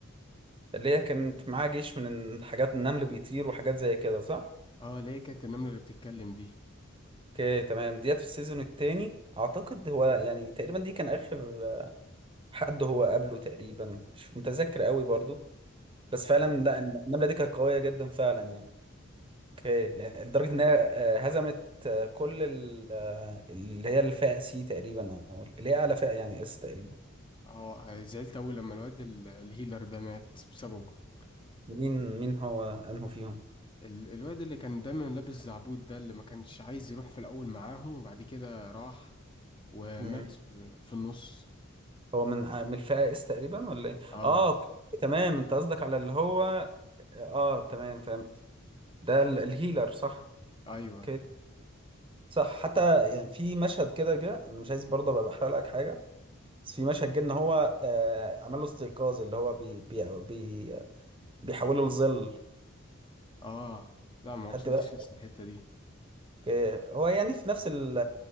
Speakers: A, on the right; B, on the left.
A: اللي هي كانت معاها جيش من الحاجات النمل بيطير وحاجات زي كده صح
B: اه اللي هي كانت النمله اللي بتتكلم دي
A: اوكي تمام ديت في السيزون التاني اعتقد هو يعني تقريبا دي كان اخر حد هو قابله تقريبا مش متذكر قوي برضو بس
B: يعني-
A: فعلا لا النمله دي كانت قويه جدا فعلا يعني اوكي لا- لدرجه ان هي آه، هزمت آه، كل ال- آه، اللي هي الفئه سي تقريبا او اللي هي اعلى فئه يعني اس تقريبا
B: اه زعلت اوي لما الواد ال- الهيلر ده مات بسببه
A: مين مين هو انه فيهم
B: ال- الواد اللي كان دايما لابس زعبود ده اللي ما كانش عايز يروح في الأول معاهم وبعد كده راح ومات
A: مم.
B: ب- في النص
A: هو من آه، من الفئه اس تقريبا ولا ايه
B: اه
A: اه أوكي. تمام انت قصدك على اللي هو اه آه، تمام فهمت ده ال- الهيلر صح
B: ايوه
A: اوكي صح حتى يعني في مشهد كده جه انا مش عايز برضه ابقى بحرق لك حاجه بس في مشهد جه ان هو آه عمل له استيقاظ اللي هو بي بي بي بيحولوا لظل
B: اه لا ما وصلتش
A: خدت بالك
B: لسه الحتة دي
A: ك- هو يعني في نفس ال